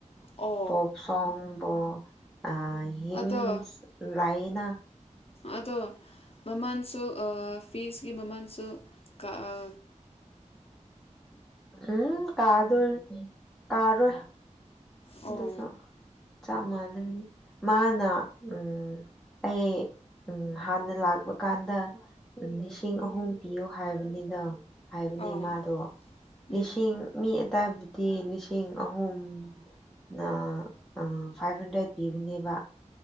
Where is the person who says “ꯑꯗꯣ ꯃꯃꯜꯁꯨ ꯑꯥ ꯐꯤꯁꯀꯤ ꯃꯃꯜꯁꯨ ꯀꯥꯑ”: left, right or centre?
Left